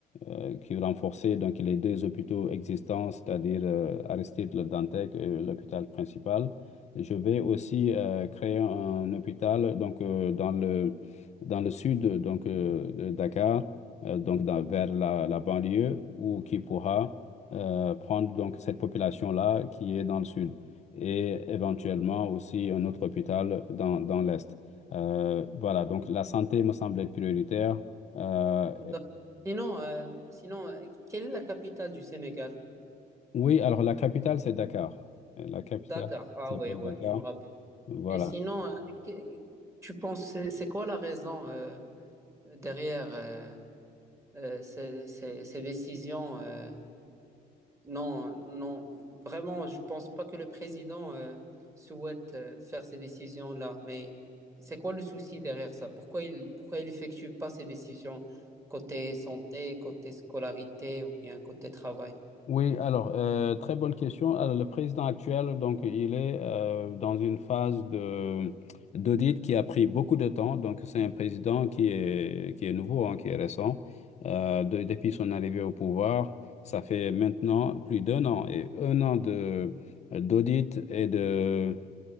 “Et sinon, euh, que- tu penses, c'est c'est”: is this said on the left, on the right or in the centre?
Right